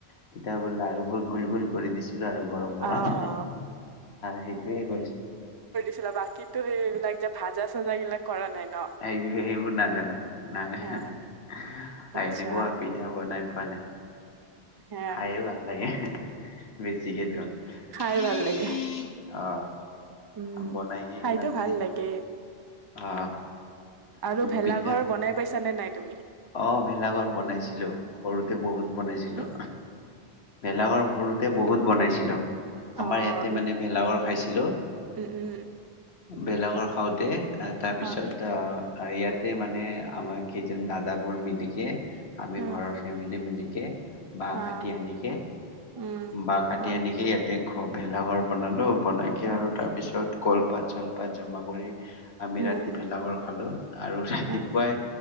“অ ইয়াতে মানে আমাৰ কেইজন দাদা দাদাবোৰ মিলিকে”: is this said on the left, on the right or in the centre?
Left